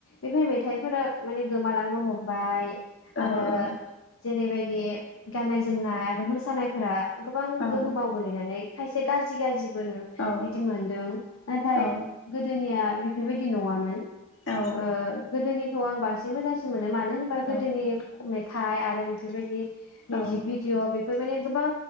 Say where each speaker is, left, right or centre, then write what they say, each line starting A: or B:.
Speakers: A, on the left; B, on the left.
A: बेफोर मेथाइफोरा माने गोमालांनो हमबाय आरो
B: औ औ
A: जेरैबाय दि गाननाय जोमनाय
B: औ
A: आरो मोसानाय फोरा गोबां
B: ओं
A: गोहोमाव गोलैनानै खायसे गारजि गारजि बो
B: औ
A: बिदि मोनदों नाथाय
B: औ
A: गोदोनिया बेफोरबायदि नङामोन
B: औ
A: ओ गोदोनि खौ आं बांसिन मोजांसिन मोनो मानो होनो दोनि
B: औ
A: मेथ थाइ आरो बेफोर बायदि मिउजिक
B: औ
A: भिडिअ बेफ फोर माने गोबां